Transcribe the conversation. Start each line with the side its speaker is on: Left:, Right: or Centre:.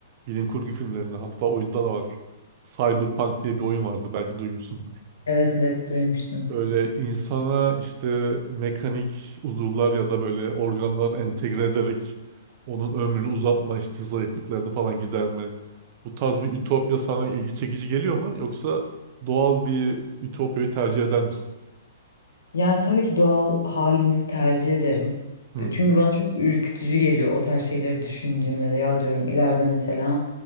Right: bilim kurgu filmlerinde hatta oyunda da var. Cyberpunk diye bir oyun vardı belki duymuşsundur.
Left: Evet evet duymuştum.
Right: Böyle insana işte mekanik uzuvlar ya da böyle organlar entegre ederek onun ömrünü uzatma işte zayıflıklarını falan giderme. Bu tarz bir ütopya sana ilgi çekici geliyor mu? Yoksa doğal bir ütopyayı tercih eder misin?
Left: Yani tabii ki doğal halimizi tercih ederim.
Right: Hmm.
Left: E, Çünkü bana çok ürkütücü geliyor o tarz şeyleri düşündüğümde de ya diyorum ileride mesela